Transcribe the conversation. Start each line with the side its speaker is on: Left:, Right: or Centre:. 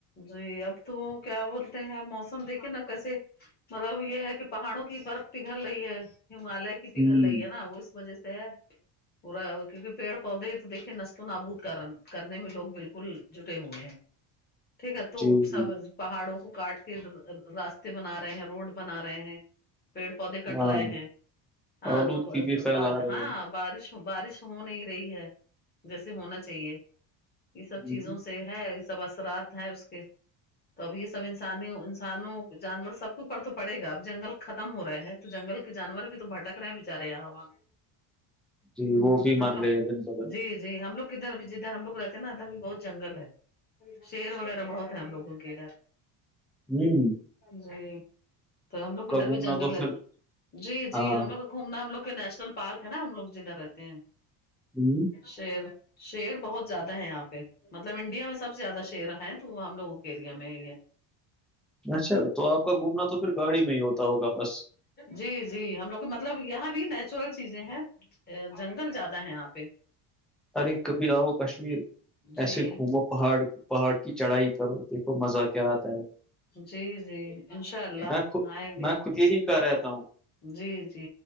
Left: جی اب تو کیا بولتے ہیں موسم دیکھیے ناں کیسے مطلب یہ ہے کہ پہاڑوں کی برف پگھل رہی ہے ہمالیہ کی
Centre: ہوں،
Left: پگھل رہی ہے ناں وہ اس مزے سے ہے پورا کیونکہ پیڑ پودے تو دیکھے نست و نابود کر کرنے میں لوگ بالکل جٹے ہوئے ہیں ٹھیک ہے تو
Centre: جی
Left: سبز
Centre: جی
Left: پہاڑوں کو کاٹ کے راستے بنا رہے ہیں روڈ بنا رہے ہیں پیڑ پودے کٹ
Centre: ہاں
Left: رہے ہیں ہاں
Centre: آلودگی
Left: تو
Centre: بھی پھیلا
Left: بار
Centre: رہے
Left: ہاں
Centre: ہیں
Left: بارش بارش ہو نہیں رہی ہے جیسے ہونا چاہیے یہ
Centre: ہوں،
Left: سب چیزوں سے ہے یہ سب اثرات ہے اس کے تو اب یہ سب انسانی انسانوں جانور سب کو اوپر تو پڑے گا اب جنگل ختم ہو رہے ہے تو جنگل کے جانور بھی تو بھٹک رہے ہیں بےچارے یہاں وہاں
Centre: جی
Left: ہوں
Centre: وہ بھی
Left: ہملہ
Centre: مر رہے ہیں دن بدن
Left: جی جی ہم لوگ کدھر ابھی جدھر ہم لوگ رہتے ناں ادھر بھی بہت جنگل ہے شیر وغیرہ بہت ہے ہم لوگوں کے ادھر
Centre: نیو
Left: جی تو ہم لوگ کے ادھر
Centre: گھومنا
Left: بھی جنگل
Centre: تو
Left: ہے
Centre: پھر
Left: جی جی
Centre: ہاں
Left: ہم لوگ گھومنا ہم لوگ کے نیشنل پارک ہے ناں ہم لوگ جدھر رہتے ہیں
Centre: ہوں،
Left: شیر شیر بہت زیادہ ہے یہاں پہ مطلب انڈیا میں سب سے زیادہ شیر تیرہ ہیں تو وہ ہم لوگوں کے ایریا میں ہے
Centre: اچھا تو آپ کا گھومنا تو پھر گاڑی میں ہی ہوتا ہوگا بس
Left: جی جی ہم لوگ کو مطلب یہاں بھی نیچرل چیزیں ہیں جنگل زیادہ ہے یہاں پہ
Centre: ارے کبھی آؤ کشمیر ایسے
Left: جی
Centre: گھومو پہاڑ پہاڑ کی چڑھائی کرو دیکھو مزہ کیا آتا ہے
Left: جی جی انشاء اللہ
Centre: میں خود
Left: آئیں گے
Centre: میں خود یہی کا رہتا ہوں
Left: جی جی